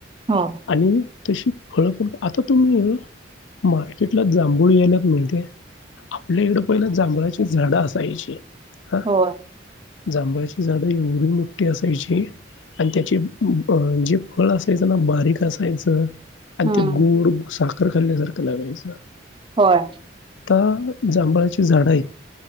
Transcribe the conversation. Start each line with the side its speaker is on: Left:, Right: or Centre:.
Right: हो
Left: आणि तशी फळ आता तुम्ही मार्केटला जांभूळ याय लागल्यात माहिती आपल्या इकडे पहिलं जांभळाची झाडं असायची. हां
Right: हो
Left: जांभळाची झाड एवढी मोठी असायची. आणि त्याची जे फळ असायचं ना बारीक असायचं आणि
Right: हम्म
Left: ते गोड साखर खाल्ल्यासारखं लागायचं.
Right: होय
Left: आता जांभळाची झाडं आहेत